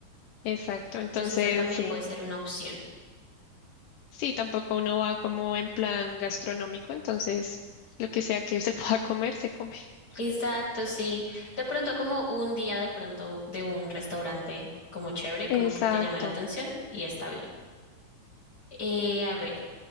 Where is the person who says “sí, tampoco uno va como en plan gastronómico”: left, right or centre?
Left